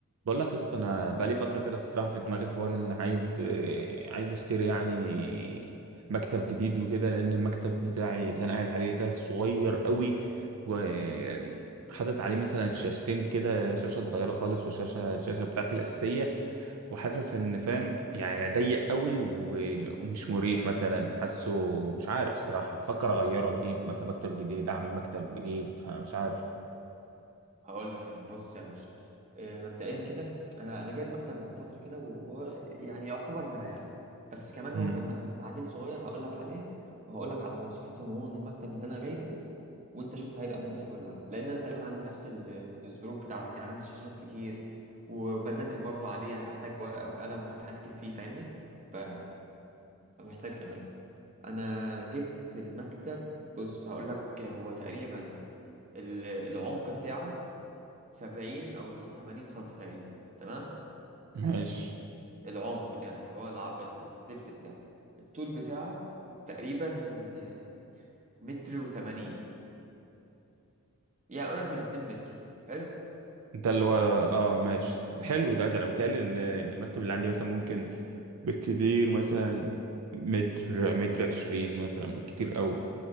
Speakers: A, on the right; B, on the right.
A: بقول لك يا اسطى انا بقالي فتره كده الصراحه في دماغي حوار ان عايز آه، عايز اشتري يعني مكتب جديد وكده لان المكتب بتاعي اللي انا قاعد عليه ده صغير قوي وحاطط عليه مثلا شاشتين كده شاشه صغيره خالص وشاشه الشاشه بتاعتي الاساسيه وحاسس ان فاهم يعني ضيق قوي و- ومش مريح مثلا حاسه مش عارف صراحه بفكر اغيره اجيب مثلا مكتب جديد اعمل مكتب جديد فمش عارف
B: هقول لك انا بص يا باشا آه، مبدئيا كده انا انا جايب مكتب من فتره كده وهو يعني يعتبر مريحني بس كمان هو
A: امم
B: كان محتاج تعديل صغير هقول لك عليه وهقول لك على مواصفات عموما المكتب اللي انا جايبه وانت شوف هيبقى مناسب ولا لا لان انا تقريبا عندي نفس ال- الظروف بتاعتك يعني عندي شاشات كتير وبذاكر برضو عليه يعني بحتاج ورقه وقلم ومكان اكتب فيه فاهمني ف- فمحتاج اماكن انا جبت المكتب بص هقول لك هو تقريبا ال- العمق بتاعه سبعين أو تمانين سنتي تقريبا تمام
A: ماشي
B: العمق اللي يعني اللي هو الع... الدبس بتاعه الطول بتاعه تقريبا آه، متر وتمانين يعني قريب من اتنين متر حلو
A: ده اللي هو اه ماشي حلو ده ده انا بتهيألي ال- المكتب اللي عندي مثلا ممكن بالكتير مثلا متر متر عشرين مثلا بالكتير قوي